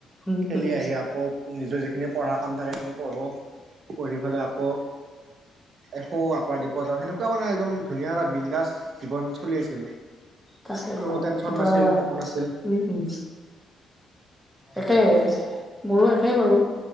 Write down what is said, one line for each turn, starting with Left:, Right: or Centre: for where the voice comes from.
Centre: উম
Right: খেলি
Centre: উম।
Right: আহি আকৌ নিজৰ যিখিনি পঢ়া কাম থাকে সেইখিনি পঢ়ো পঢ়ি ফেলে আকৌ শুও আকৌ ৰাতিপুৱা যাওঁ সেনেকুৱা মানে একদম ধুনীয়া এটা বিন্দাস জীৱন চলি আছিল
Centre: তাকেটো
Right: কোনো টেনচন
Centre: এটাত
Right: নাছিল একো নাছিল
Centre: উম উম একে মোৰো একে বাৰু